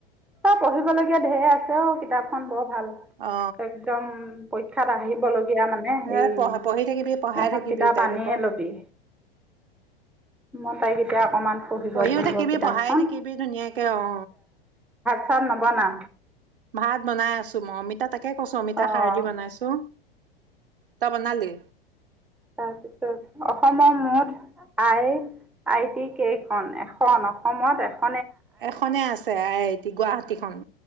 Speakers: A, in the centre; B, on the right.
A: তই পঢ়িবলগীয়া ধেই আছে অ কিতাপ খন বৰ ভাল
B: অ
A: একদম পৰীক্ষাত আহিব <unintelligible> তিয়া মানে
B: সেই
A: এইে
B: পঢ় পঢ়ি থাকিবি পঢ়াই
A: এখন
B: থাকিবি
A: কিতাপ
B: তাইক
A: আনিয়ে
B: আকৌ
A: লবি মই তাইক এতিয়া অকমান পঢ়িব
B: পঢ়িও
A: দিমগৈ
B: থাকিবি
A: কিতাপখন
B: পঢ়াই থাকিবি ধুনীয়াকে অ
A: চব নবনা
B: ভাত বনাই আছো মই অমিতা তাক তাকে কৈছো অমিতা
A: অঁ
B: সাৰ দি বনাইছো তই বনালি
A: তাৰপিছত অসমৰ মুঠ আই আই টি কেইখন, এখন অসমত এখ
B: এখনে আছে গুৱাহাটীখনন